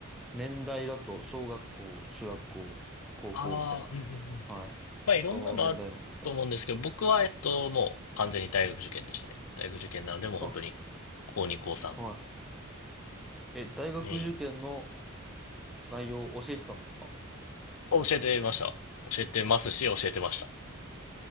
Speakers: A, in the centre; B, on the left.
A: 年代だと、小学校、中学校、高校みたいな。
B: ああ、うんうんうん。
A: はい。
B: まあ、いろんなのあると思うんですけど、
A: どの年代なんですか
B: 僕は、えっと、もう完全に大学受験でしたね。大学受験なので、もう本当に、
A: あ、
B: 高2、高3、
A: はい。え、大学受験の
B: メイン
A: 内容を教えてたんですか
B: を教えてました。教えてますし、教えてました。